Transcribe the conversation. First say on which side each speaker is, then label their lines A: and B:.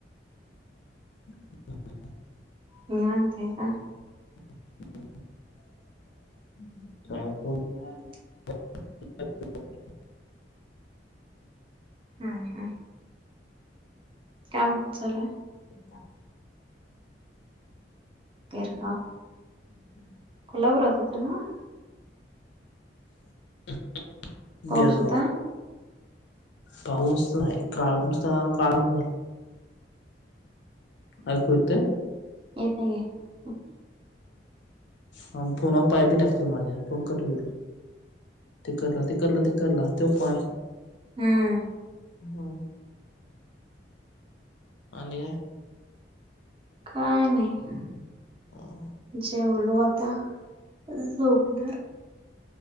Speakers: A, on the left; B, on the right.
A: <inaudible>
B: निवांत हाय का
A: <inaudible>
B: <unintelligible>
A: <unintelligible>
B: हा हा काम कुठ चालू आहे
A: <inaudible>
B: तिर का
A: ह <inaudible>
B: कोल्हापूरात होेत ना <inaudible>
A: <unintelligible>
B: पाऊस होता
A: पाऊस नाही काल काळ <inaudible> ऐकू येतय
B: येतय की
A: हम् फोनावर पाय बी टाकतील माझ्या फोन कट होईल ते करला ते करला ते करला ते पा
B: हम्म
A: ह आणि
B: काय नाही
A: हम्म
B: जेवलो आता झोपणार